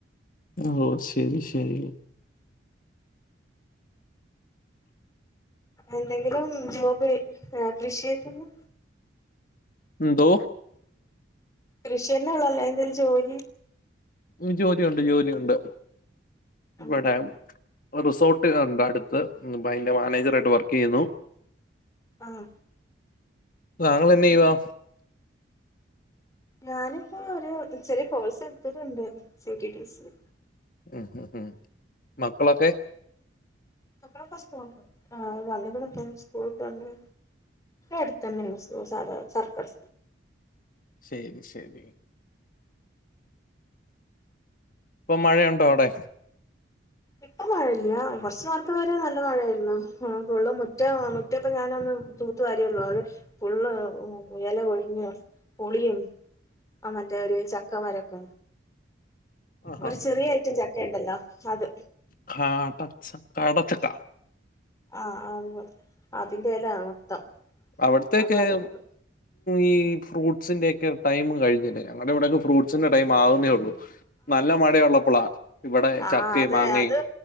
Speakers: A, on the left (about 45°); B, on the left (about 15°).
A: ഓ ശരി ശരി
B: എന്തെങ്കിലും ജോബ് ഏ കൃഷിയായ്റ്റില്ലോ
A: എന്തോ
B: കൃഷിഎനൊള്ളല്ലേ എന്തേലും ജോലി
A: ജോലിയുണ്ട് ജോലിയുണ്ട്
B: ആഹ്
A: ഇവടെ റിസോർട്ട് കണ്ട അടുത്ത് അയ്ന്റെ മാനേജറായിട്ട് വർക്കെയ്യുന്നു
B: ആഹ
A: താങ്കളെന്നെയ്യുവാ
B: ഞാനിപ്പോ ഒരു ചെറിയ കോഴ്സ് ട്ത്ട്ട്ണ്ണ്ട് സിടിടിസി
A: ഉ ഉ ഉം മക്കളൊക്കെ
B: മക്കളൊക്കെ സ്കൂൾപോയി ഏ വന്ന്കിലോത്തും സ്കൂൾ വിട്ട് വന്ന് എടുത്തെനേണ് സു സാതാ സർക്കാർ
A: ശരി ശരി പ്പൊ മഴയുണ്ടോ അവടെ?
B: ഇപ്പ മഴല്ല്യാ കൊർച്ച് നേർത്ത വരെ നല്ല മഴേര്ന്നു ഫുള്ള് മുറ്റോം മുറ്റപ്പ ഞാനൊന്ന്- തൂത്ത് വാര്യള്ളൂ ഒരു ഫുള്ള് ഇല കൊഴിഞ്ഞ് പുളിയും. അ മറ്റേ ഒരു ചക്ക മാരൊക്കെ.
A: ആ
B: ഒരു ചെറിയ ഐറ്റം ചക്ക ഇണ്ടല്ലോ അത്.
A: കാട ചക്ക കാടച്ചക്ക
B: ആഹ് അതുപോലെ അതിന്റെല മൊത്തം
A: അവിടത്തേക്ക്
B: അപ്പതൊക്കെ.
A: ഈ ഫ്രൂസിന്റെ ഒക്കെ ടൈം കഴിഞ്ഞില്ലേ ഞങ്ങടിവടെക്കെ ഫ്രൂസിന്റെ ടൈം ആവുന്നേ ഒള്ളൂ. ന്നല്ല മഴയുള്ളപ്പളാ. ഇവിടെ
B: ആഹ്
A: ചക്കയും
B: അതെ
A: മാങ്ങയും
B: അത്